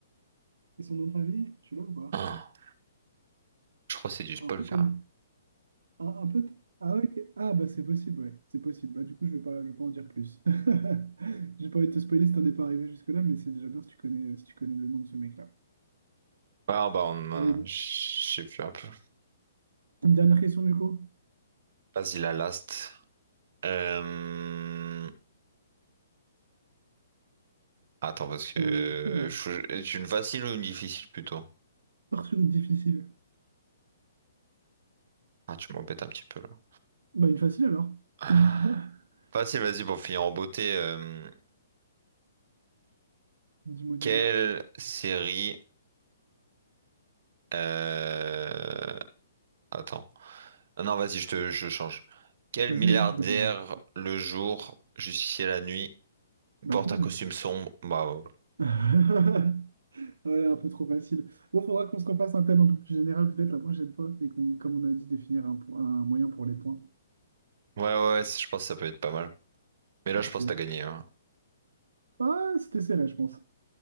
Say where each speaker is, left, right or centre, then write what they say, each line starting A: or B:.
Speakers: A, on the right; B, on the right.
A: et son nom de famille, tu l'as ou pas?
B: Ah, je crois que c'est du spoil
A: Un peu
B: carrément.
A: comme Un, un peu. Ah, ok. Ah, bah, c'est possible, ouais. C'est possible. Bah, du coup, je vais pas, je vais pas en dire plus. <laughs> J'ai pas envie de te spoiler si t'en es pas arrivé jusque-là, mais c'est déjà bien si tu connais, si tu connais le nom de ce mec-là.
B: Ah bah on, euh,
A: Allez, une
B: je sais plus un peu.
A: une dernière question, du coup.
B: Vas-y la last. Euh, Attends parce que
A: Euh, <laughs> ah,
B: je- est-ce une facile ou une difficile plutôt?
A: pars sur une difficile.
B: Ah tu m'embêtes un petit peu là.
A: Bah, une facile alors.
B: Ah.
A: <laughs>
B: Facile, vas-y pour finir en beauté. euh,
A: Dis-moi, dis-moi.
B: Quelle série? euh, Attends. Ah non, vas-y, je te, je change. Quel
A: Vas-y,
B: milliardaire
A: vas-y, tu peux changer. tu peux changer.
B: le jour, justicier la nuit,
A: Batman.
B: porte un costume sombre? Bah, ouais,
A: <laughs> Ouais, un peu trop facile. Bon, faudra qu'on se refasse un thème un peu plus général peut-être la prochaine fois et qu'on, comme on a dit, définir un, po- un moyen pour les points.
B: ouais, ouais, je pense que ça peut être pas mal. Mais
A: Parfait.
B: là, je pense que t'as gagné. hein.
A: Ah, c'était serré, je pense.